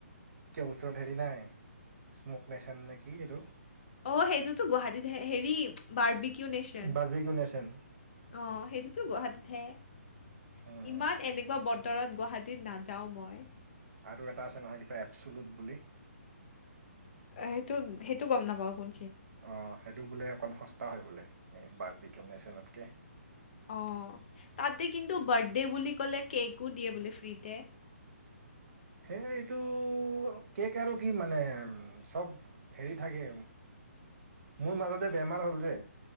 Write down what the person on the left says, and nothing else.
অঁ সেইটোতো গুৱাহাটীত হে হেৰি বাৰ্বিকিউ নেশ্যন।
অ সেইটোতো গুৱাহাটীতহে
ইমান এনেকুৱা বতৰত গুৱাহা- -টীত নাযাওঁ মই।
অ সেইটো সেইটো গম নাপাওঁ কোন।
অঁ তাতে কিন্তু বাৰ্থডে' বুলি ক'লে কেকো দিয়ে বোলে ফ্ৰীতে।